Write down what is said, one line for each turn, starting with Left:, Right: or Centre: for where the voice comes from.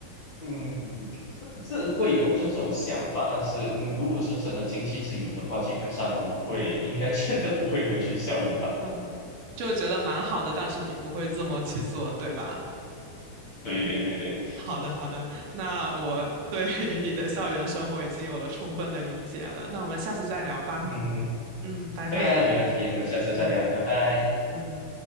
Left: 嗯，嗯是会有这种想法，但是嗯，如果是真的经济自由的话，基本上不会，应该真的不会回去校园吧。
Right: 嗯，就觉得蛮好的，但是你不会这么去做，对吧？
Left: 对对对对，
Right: 好的，好的，那我对 <laughs> 于你的校园生活已经有了充分的理解了，那我们下次再聊吧。
Left: 嗯嗯，嗯
Right: 嗯，拜拜。
Left: 可以啊，没问题，我们下次再聊，
Right: 嗯
Left: 拜拜。
Right: 嗯嗯。